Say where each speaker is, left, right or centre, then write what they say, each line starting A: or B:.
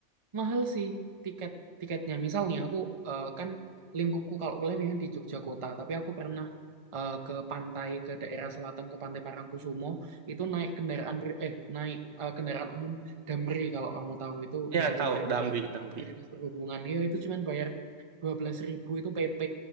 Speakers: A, on the right; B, on the right.
A: mahal sih tiket tiketnya misalnya aku eh, kan lingkupku kalau kuliah biasanya di Jogja kota tapi aku pernah eh, ke pantai ke daerah selatan ke Pantai Parangkusumo itu naik kendaraan ber- eh naik eh, kendaraan umum Damri kalau kamu tahu itu
B: Ya
A: dari
B: tahu
A: pemerintah
B: Damri Damri.
A: dari Dinas Perhubungan ya itu cuman bayar dua belas ribu itu PP